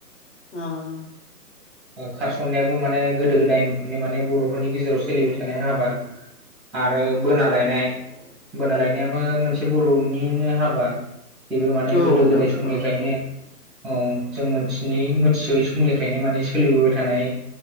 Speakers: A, on the left; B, in the centre.
A: उम
B: ओ खारसननायाबो माने गोदो गोदायनिफ्रायनो माने बरफोरनि गेजेराव सोलिबाय थानाय हाबा आरो बोनालायनाय बोनालायनायाबो मोनसे बर'निनो हाबा बेबो माने
A: औ नोंथां
B: गोदो गोदाय समनिफ्रायनो
A: औ
B: औ जों मिथिनि मोनथिसयै सम मनिफ्रायनो माने सोलिबोबाय थानाय